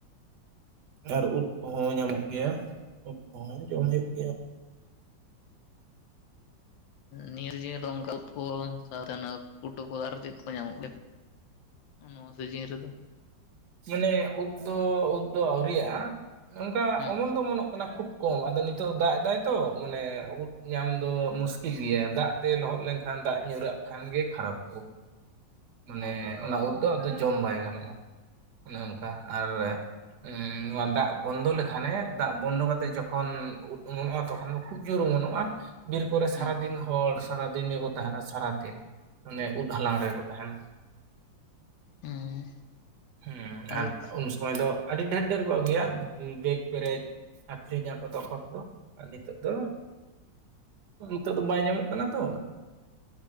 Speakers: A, on the right (about 65°); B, on the left (about 80°).
A: ᱟᱨ ᱩᱫ ᱠᱚᱦᱚᱸ ᱧᱟᱢᱚᱜ ᱜᱮᱭᱟ ᱩᱫ ᱠᱚᱦᱚᱸ ᱡᱚᱢ ᱦᱩᱭᱩᱜ ᱜᱮᱭᱟ,
B: ᱱᱤᱭᱟᱹ ᱥᱤᱡᱤᱱ ᱨᱮᱫᱚᱱ ᱚᱱᱠᱟ ᱩᱫ ᱥᱟᱣᱛᱮ <unintelligible> ᱟᱨ ᱪᱮᱫ ᱠᱚ ᱧᱟᱢᱚᱜ ᱜᱮᱭᱟ ᱦᱚᱜ ᱱᱚᱣᱟ ᱥᱤᱡᱤᱱ ᱨᱮᱫᱚ
A: ᱢᱟᱱᱮ ᱳᱫ ᱫᱚ ᱳᱫ ᱫᱚ ᱟᱹᱣᱨᱤᱭᱟᱜ-ᱟ ᱚᱱᱠᱟ
B: ᱦᱩᱸ
A: ᱚᱢᱚᱱ ᱫᱚ ᱚᱢᱚᱱᱚᱜ ᱚᱱᱟ ᱠᱷᱩᱵ ᱠᱚᱢ ᱟᱫᱚ ᱱᱤᱛᱚᱜ ᱫᱟᱜ ᱮᱫᱟᱭ ᱛᱚ, ᱢᱟᱱᱮ ᱩᱫ ᱧᱟᱢ ᱫᱚ ᱢᱩᱥᱠᱤᱞ ᱜᱮᱭᱟ ᱫᱟᱜ ᱛᱮ ᱞᱚᱦᱚᱫ ᱞᱮᱱᱠᱷᱟᱱ ᱫᱟᱜ ᱧᱩᱨᱟᱜ ᱠᱷᱟᱱ ᱜᱮ ᱠᱷᱟᱨᱟᱯᱚᱜ ᱢᱟᱱᱮ ᱚᱱᱟ ᱩᱫ ᱫᱚ ᱟᱫᱚ ᱡᱚᱢ ᱵᱟᱭ ᱜᱟᱱᱚᱜᱼᱟ ᱾ ᱚᱱᱮ ᱚᱱᱠᱟ ᱟᱨ ᱮᱸ ᱱᱚᱣᱟ ᱫᱟᱜ ᱵᱚᱱᱫᱚ ᱞᱮᱠᱷᱟᱱᱮ ᱫᱟᱜ ᱵᱚᱱᱫᱚ ᱠᱟᱛᱮᱜ ᱡᱚᱠᱷᱚᱱ ᱩᱫ ᱚᱢᱚᱱᱚᱜ-ᱟ ᱛᱚᱠᱷᱚᱱ ᱫᱚ ᱠᱷᱩᱵ ᱡᱳᱨ ᱚᱢᱚᱱᱚᱜ-ᱟ ᱵᱤᱨ ᱠᱚᱨᱮ
B: ᱦᱩᱸ
A: ᱥᱟᱨᱟᱫᱤᱱ ᱦᱚᱲ, ᱥᱟᱨᱟᱫᱤᱱ ᱜᱮᱠᱚ ᱛᱟᱦᱮᱱᱟ, ᱥᱟᱨᱟᱫᱤᱱ ᱢᱟᱱᱮ ᱩᱫ ᱦᱟᱞᱟᱝ ᱨᱮ ᱛᱟᱦᱮᱱᱟ
B: ᱦᱩᱸ
A: ᱦᱩᱸ
B: ᱟᱫᱚ
A: ᱟᱨ ᱩᱱᱥ ᱚᱠᱚᱭ ᱫᱚ ᱟᱹᱰᱤ ᱰᱷᱮᱨ ᱰᱷᱮᱨ ᱠᱚ ᱟᱹᱜᱩᱭᱟ ᱵᱮᱜᱽ ᱯᱮᱨᱮᱡ ᱟᱠᱷᱨᱤᱧᱟᱠᱚ ᱛᱚᱠᱷᱚᱱ ᱫᱚ ᱟᱨ ᱱᱤᱛᱚᱜ ᱫᱚ ᱱᱤᱛᱚᱜ ᱫᱚ ᱵᱟᱭ ᱧᱟᱢᱚᱜ ᱠᱟᱱᱟ ᱛᱚ